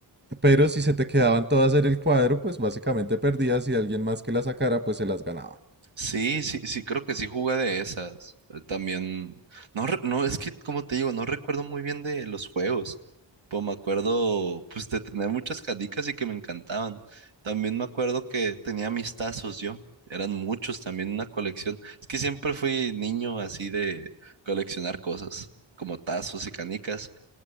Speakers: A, on the right (about 25°); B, on the right (about 80°).
A: Pero si se te quedaban todas en el cuadro, pues básicamente perdías y alguien más que la sacara, pues se las ganaba.
B: Sí, sí, sí, creo que sí jugué de esas. Eh, También, no, re- no, es que como te digo, no recuerdo muy bien de los juegos, Pues me acuerdo pues de tener muchas canicas y que me encantaban. También me acuerdo que tenía mis tazos yo, eran muchos también, una colección. Es que siempre fui niño así de coleccionar cosas, como tazos y canicas,